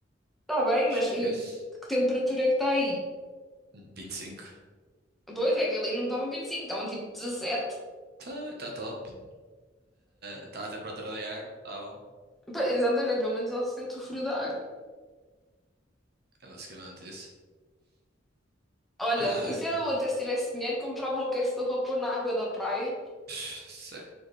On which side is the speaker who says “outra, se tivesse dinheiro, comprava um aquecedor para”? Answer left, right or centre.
Centre